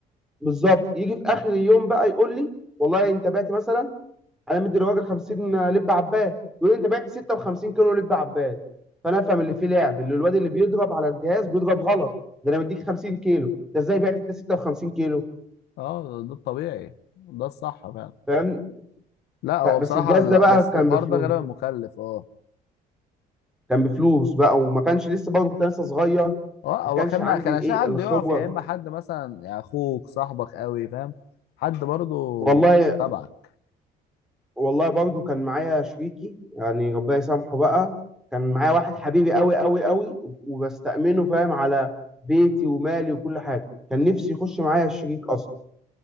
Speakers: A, in the centre; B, on the left.
A: بالظبط يجي في اخر اليوم بقى يقول لي والله انت بعت مثلا انا مدي الراجل 50 لب عباد يقول لي انت بعت 56 كيلو لب عباد فانا افهم اللي فيه لعب اللي الواد اللي بيضرب على الجهاز بيضرب غلط ده انا مديك 50 كيلو ده ازاي بعت انت 56 كيلو
B: اه ده ده الطبيعي ده الصح فعلا
A: فاهم
B: لا هو
A: ف-
B: بصراحه
A: بس الجهاز
B: لا
A: ده بقى
B: بس
A: كان
B: الحوار
A: بفلوس
B: ده غالبا مكلف اه
A: كان بفلوس بقى وما كانش لسه برضه كنت لسه صغير
B: هو هو
A: ما كانش
B: كان
A: عندي
B: كان
A: الايه
B: عشان حد
A: الخبره
B: يقف يا اما حد مثلا يعني اخوك صاحبك قوي فاهم حد برضو
A: والله
B: تبعك
A: والله برضه كان معايا شريكي يعني ربنا يسامحه بقى كان معايا واحد حبيبي قوي قوي قوي وبستأمنه فاهم على بيتي ومالي وكل حاجه كان نفسي يخش معايا الشريك اصلا